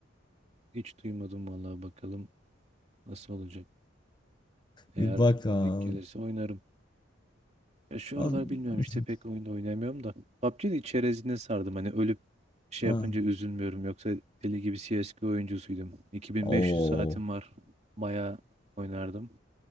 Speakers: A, on the right; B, on the left.
A: Hiç duymadım vallahi bakalım nasıl olacak. Eğer
B: Bir bakalım.
A: denk gelirse oynarım. Ya şu
B: Am-
A: aralar bilmiyorum
B: <laughs>
A: işte pek oyunda oynamıyorum da. PUBG'nin çerezine sardım hani ölüp şey
B: Ah.
A: yapınca üzülmüyorum. Yoksa deli gibi CSGO oyuncusuydum. 2500
B: Oo.
A: saatim var. Bayağı oynardım.